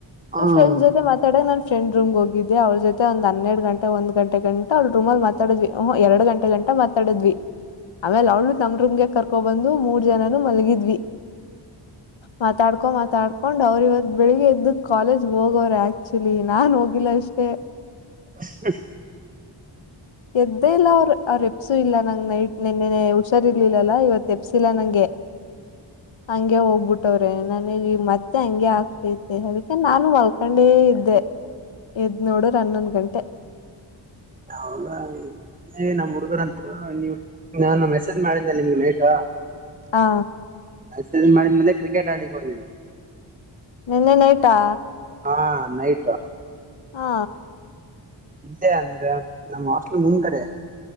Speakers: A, on the right; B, on the left.
A: ಹ್ಮ್
B: ಫ್ರೆಂಡ್ಸ್ ಜೊತೆ ಮಾತ ಆ ಕಡೆ ನನ್ನ ಫ್ರೆಂಡ್ ರೂಮ್ಗೊಗಿದ್ದೆ ಅವಳ ಜೊತೆ ಒಂದ ಹನ್ನೆರಡ ಗಂಟೆ ಒಂದ ಗಂಟೆ ಗಂಟ ಅವಳ ರೂಮಲ್ಲಿ ಮಾತ್ ಮಾತಾಡದ್ವಿ ಹಹ ಎರಡ ಗಂಟೆ ಗಂಟ ಮಾತಾಡದ್ವಿ. ಆಮೇಲ ಅವಳ್ನು ನಮ್ಮ್ ರೂಮ್ಗೆ ಕರ್ಕೋ ಬಂದು ಮೂರ್ ಜನನು ಮಲಗಿದ್ವಿ. ಮಾತಾಡ್ಕೊ ಮಾತಾಡ್ಕೊಂಡ್ ಅವ್ರ ಇವತ್ ಬೆಳಿಗ್ಗೆ ಎದ್ದ ಕಾಲೇಜ್ಗೆ ಹೋಗವ್ರ ಆಕ್ಚುಲಿ ನಾನ್ ಹೋಗಿಲ್ಲ ಅಷ್ಟೇ. <inaudible>
A: <unintelligible>
B: ಎದ್ದೇ ಇಲ್ಲ ಅವ್ರು ಅವರೆಬಸು ಇಲ್ಲ ನಂಗ್ ನೈಟ್ ನೆನ್ನೆನೇ ಹುಷಾರ್ ಇರ್ಲಿಲ್ಲಲ್ಲಾ ಇವತ್ತ ಎಬ್ಸಿಲ್ಲ ನಂಗೆ ಹಗೆ ಹೋಗ್ಬಿಟ್ಟ ಟ್ಟವ್ರೆ ನನಗ ಈಗ ಮತ್ತೆ ಹಂಗೆ ಆಗ್ತೈತೆ ಅದಕ್ಕೆ ನಾನು ಮಲ್ಕೊಂಡೇ ಇದ್ದೆ. ಎದ್ ನೋಡದ್ರ ಹನ್ನೊಂದ್ ಗಂಟ.
A: ಹೌದಾ ಎ ನಮ್ಮ್ ಹುಡ್ಗರಂತವ ನೀವು ನಾನ ಮೆಸೇಜ್ ಮಾಡಿದ್ನಲ್ಲ ನಿಮ್ಗ ನೈಟು
B: ಹಾ
A: ಮೆಸೇಜ ಮಾಡಿದ್ಮೇಲೆ ಕ್ರಿಕೆಟ್ ಆಡ್ಲಿಕ್ಕ್ ಹೋದ್ವಿ.
B: ನಿನ್ನೆ ನೈಟಾ
A: ಹಾ ನೈಟ್.
B: ಹಾ.
A: ಇಲ್ಲೇ ಅಂದ್ರ ನಮ್ಮ್ ಹಾಸ್ಟೆಲ್ಮುಂದಗಡೆ.